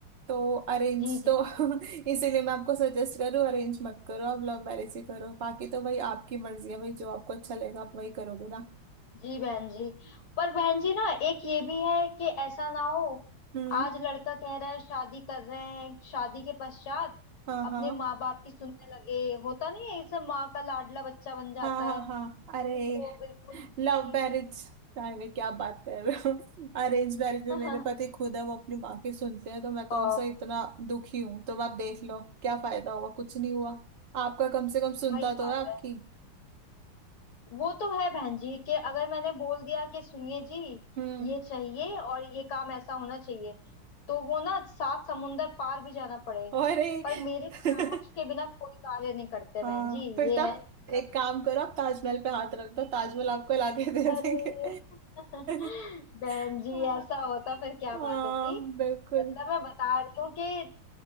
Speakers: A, on the right; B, on the left.
A: तो अरेंज
B: जी जी
A: तो
B: जी
A: <laughs>
B: जी
A: इसीलिए मैं आपको सजेस्ट करूँ अरेंज मत करो आप लव मैरिज ही करो बाकी तो भाई आपकी मर्जी है भाई जो आपको अच्छा लगेगा आप वही करोगे ना
B: जी बहन जी पर बहन जी ना एक ये भी है कि ऐसा ना हो
A: हम्म
B: आज लड़का कह रहा है शादी कर रहे हैं शादी के पश्चात
A: हाँ
B: अपने
A: हाँ
B: माँ बाप की सुनने लगे होता नहीं है इसे माँ का लाडला बच्चा बन जाता
A: हाँ हाँ
B: है
A: हाँ अरे
B: ये तो बिल्कुल भी
A: लव मैरिज अरे क्या बात कर रहे हो अरेंज मैरिज में
B: <laughs>
A: मेरे पति खुद है वो अपनी माँ की सुनते हैं तो मैं तो
B: ओ
A: उनसे इतना दुखी हूं तो आप देख लो क्या फायदा हुआ कुछ नहीं हुआ आपका कम से कम सुनता
B: वही
A: तो
B: बात
A: है आपकी
B: है वो तो है बहन जी कि अगर मैंने बोल दिया कि सुनिए जी
A: हम्म
B: ये चाहिए और ये काम ऐसा होना चाहिए तो वो ना सात समुंदर पार भी जाना पड़े
A: अरे
B: पर मेरे परामर्श
A: <laughs>
B: के बिना कोई कार्य नहीं करते
A: हाँ
B: बहन जी
A: फिर
B: ये
A: तब
B: है इनके
A: एक
B: साथ।
A: काम करो आप ताजमहल पे हाथ रख दो ताजमहल आपको लाके दे
B: अरे
A: देंगे
B: <laughs>
A: <laughs>
B: बहन जी
A: हाँ
B: ऐसा होता फिर क्या
A: हाँ,
B: बात होती
A: बिल्कुल
B: मतलब मैं बता रही हूँ कि